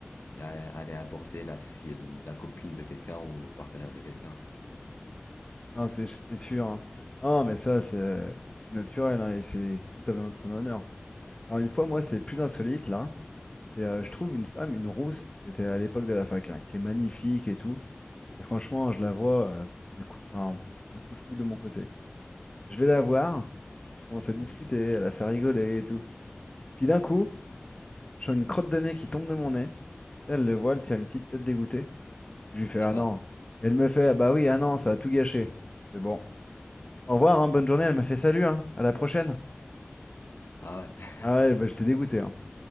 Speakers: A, on the left (about 65°); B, on the left (about 25°).
A: a- aller aborder la fille, la copine de quelqu'un ou le partenaire de quelqu'un.
B: Non, c'est c'est sûr. hein. Non, mais ça, c'est c'est tout naturel, hein, et c'est tout à ton ton honneur. Alors, une fois, moi, c'est plus insolite, là. C'est, euh, je trouve une femme, une rousse, c'était à l'époque de la fac, hein, qui est magnifique et tout. Et franchement, je la vois, euh, c'est le coup, enfin, c'est le coup de foudre de mon côté. Je vais la voir. Je commence à discuter,
A: Mhm.
B: elle a fait rigoler et tout. Puis d'un coup, je sens une crotte de nez qui tombe de mon nez. Elle le voit, elle tire une petite tête dégoûtée. Je lui fais
A: <laughs>
B: Ah non. Et elle me fait Ah bah oui, ah non, ça a tout gâché. Je fais Bon, au revoir, hein, bonne journée. Elle m'a fait salut, hein, à la prochaine.
A: Ah ouais. <laughs>
B: Ah ouais, bah j'étais dégoûté. Hein.